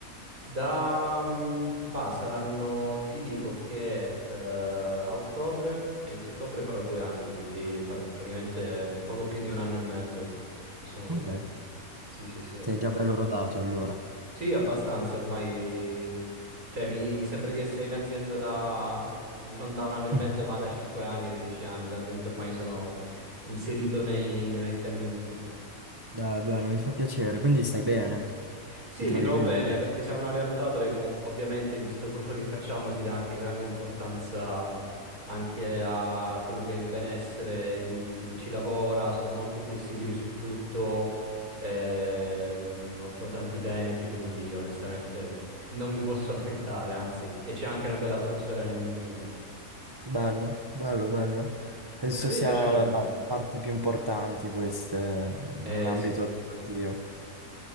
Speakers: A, on the right; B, on the right.
A: Da, mm, bah, saranno, ti dico che eh, a ottobre, a inizio ottobre farò due anni, quindi vabbè, praticamente poco più di un anno e mezzo che sono lì.
B: Ok.
A: Sì, sì, sì.
B: Sei già bello rodato allora.
A: Sì, abbastanza, ormai, cioè mi, mi sembra di essere in azienda da, non da un anno e mezzo,
B: Mm.
A: ma
B: <laughs>
A: da cinque anni, da dieci anni, talmente ormai sono inserito nei, nei meccanismi.
B: Dai, bello, mi fa piacere.
A: Sì, sì,
B: Quindi
A: sì.
B: stai bene?
A: Sì,
B: Ti trovi
A: mi trovo
B: bene
A: bene
B: lì?
A: perché siamo una realtà dove comunque, ovviamente, visto quello che facciamo, si dà anche grande importanza anche a quello che è il benessere di, di chi ci lavora, sono molto flessibili su tutto, ehm, offro tanti benefit, quindi onestamente non mi posso <laughs> lamentare, anzi, e c'è anche una bella atmosfera nel mio team.
B: Bello, bello, bello.
A: Sì, sì, sì. E
B: Penso
A: da te
B: sia
A: invece com'è?
B: la, la parte più importante queste in
A: Eh
B: un ambito
A: sì, sì,
B: lavorativo.
A: sì.